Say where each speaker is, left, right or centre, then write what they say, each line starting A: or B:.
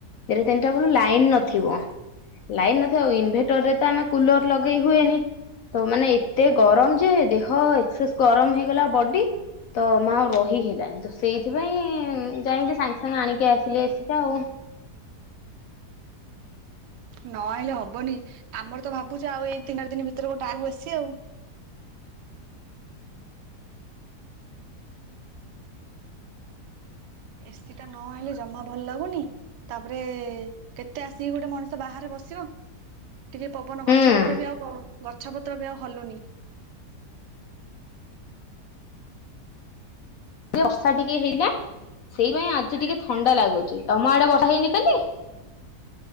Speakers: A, on the left (about 65°); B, on the right (about 85°).
A: ଏବେ ତିନିଟା ବେଳୁ ଲାଇନ ନଥିବ। ଲାଇନ୍ ନଥିବ ଆଉଇନ୍ ଭେଟରରେ ତ ଆମେ କୁଲର ଲଗେଇ ହୁଏନି। ତ ମାନେ ଏତେ ଗରମ ଯେ ଦେହ ଏକ୍ସେସ ଗରମ ହେଇଗଲା ବଡି। ତ ମା ଆଉ ରହି ହେଲାନି ତ ସେଇଥିପାଇଁ ଯାଇକି ସାଙ୍ଗେ ସାଙ୍ଗେ ଆଣିକି ଆସିଲି ଏସିଟା ଆଉ <inaudible>
B: ନ ଆଇଲେ ହବନି। ଆମର ତ ଭାବୁଚୁ ଆଉ ଏଇ ତିନି ଚାରି ଦିନି ଭିତରେ ଗୋଟେ ଆଣିବୁ ଏସି। ଏସିି ଟା ନ ଆଣିଲେ ଜମା ଭଲ ଲାଗୁନି। ତାପରେ କେତେ ଆସିକି ଗୋଟେ ମଣିଷ ବାହାରେ ବସିବ? ଟିକେ ପବନ
A: ହୁଁ
B: ଗଛ ପତ୍ର ବି ଆଉ ପ ଗଛପତ୍ର ବି ଆଉ ହଲୁନି।
A: ବର୍ଷା ଟିକେ ହେଲେ ସେଇ ବା ଆଜି ଟିକେ ଥଣ୍ଡା ଲାଗୁଚି ତମ ଆଡେ ବର୍ଷାହେଇନି କାଲି? <inaudible>